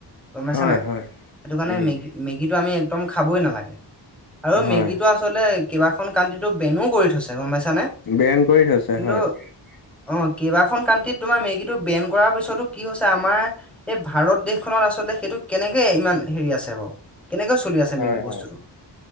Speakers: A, in the centre; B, on the left.
A: গম পাইছ
B: হয়,
A: নাই
B: হয়,
A: সেইটো কাৰণে
B: উম,
A: মেগী মেগীটো আমি একদম খাবই নালাগে। আৰু মেগী
B: হয়,
A: টো আচলতে কেইবাখন কাণ্ট্ৰিটো বেনো কৰি থৈছে গম পাইছানে?
B: বেন কৰি থৈছে
A: কিন্তু
B: হয়।
A: অ, কেইবাখন কাণ্ট্ৰিত তোমাৰ মেগীটো বেন কৰাৰ পিছতো কি হৈছে আমাৰ এই ভাৰত দেশখনত আচলতে সেইটো কেনেকে ইমান হেৰি আছে বাৰু কেনেকে চলি আছে
B: হয়,
A: মেগী বস্তুটো
B: হয়,